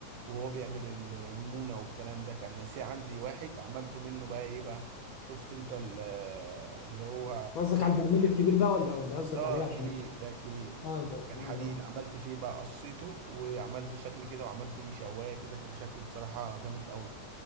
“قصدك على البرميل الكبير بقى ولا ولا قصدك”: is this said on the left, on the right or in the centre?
Left